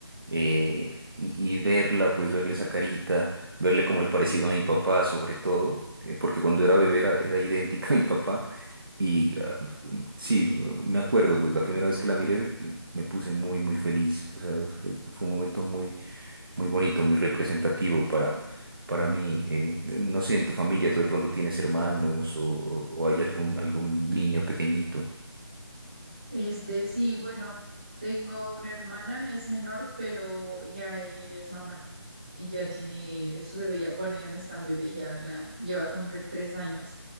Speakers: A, on the right; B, on the right.
A: eh, y, y verla, pues verle esa carita, verle como el parecido a mi papá, sobre todo, eh, porque cuando era bebé era, era idéntica a mi papá. Y ah, sí, me acuerdo, pues la primera vez que la miré me puse muy, muy feliz. O sea, fue un momento muy, muy bonito, muy representativo para, para mí. Eh, no sé, en tu familia, tú de pronto tienes hermanos o, o- o hay algún, algún niño pequeñito.
B: este, sí, bueno, tengo una hermana, es menor, pero ya ella ya es mamá y ya tiene su bebé, ya, bueno, ya no es tan bebé, ya la lleva a cumplir tres años,